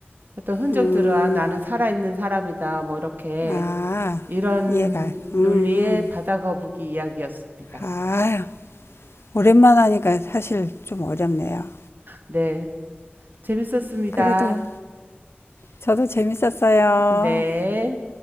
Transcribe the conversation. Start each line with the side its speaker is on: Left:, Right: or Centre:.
Right: 어떤 흔적들을
Left: 음.
Right: 아, 나는 살아있는 사람이다 뭐 이렇게
Left: 아,
Right: 이런
Left: 이해가. 음, 음.
Right: 논리의 바다거북이 이야기였습니다.
Left: 아, 오랜만 하니까 사실 좀 어렵네요.
Right: 네. 재밌었습니다.
Left: 그래도 저도 재밌었어요.
Right: 네.